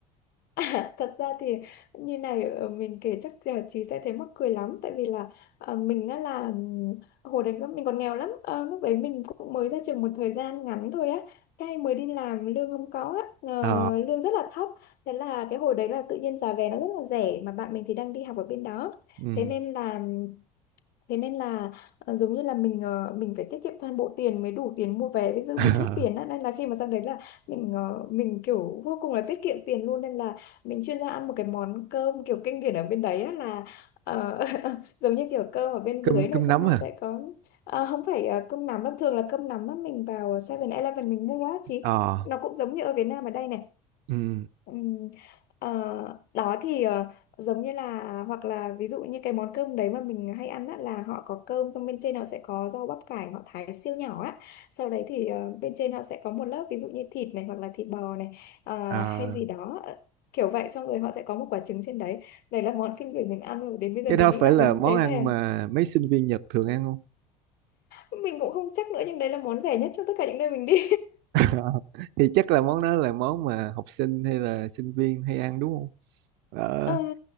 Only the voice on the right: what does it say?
ờ
ừ.
<laughs>
cơm
cơm
nấm
à
ờ
Ừ.
À,
cái
đó
phải
là
món
ăn
mà mấy sinh viên Nhật thường ăn không
<laughs> thì chắc là món đó là món mà học sinh hay là sinh viên hay ăn đúng không ờ